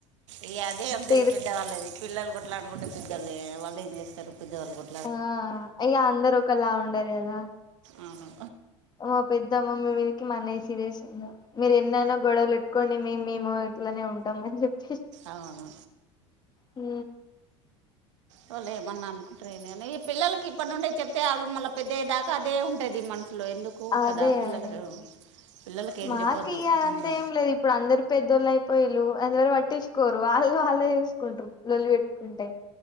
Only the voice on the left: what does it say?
తిడు
ఆ ఈగ అందరు ఒకలాగ ఉండరు కదా
మా పెద్ద మమ్మీ మీదీకి మాన్నయ్య సీరియస్ అయ్యిండు మీరు ఎన్నన్నా గొడవలు పెట్టుకోండి మే మేము ఇట్లానే ఉంటాం అని చెప్ప
ఉ
అదే
అదే
మాకు
ఇదంతా
ఏం లేదు ఇప్పుడు అందరి పెద్దోళ్ళు అయిపోయలు ఎవరు పట్టించుకోరు వాళ్ళు వాళ్ళే చేసుకుంటారు లొల్లి పెట్టుకుంటే